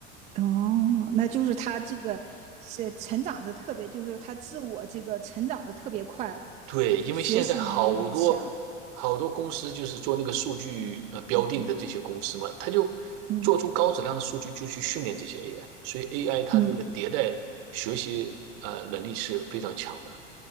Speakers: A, on the right; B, on the right.
A: 哦，那就是他这个是成长的特别，就是他自我这个成长的特别快了，
B: 对，因为现在好多
A: 学习能力很强。
B: 好多公司就是做那个数据呃标定的这些公司嘛，
A: 嗯
B: 它就
A: 嗯
B: 做出高质量的数据，就去训练这些 AI，所以 AI 它这个迭代学习呃能力是非常强的。
A: 嗯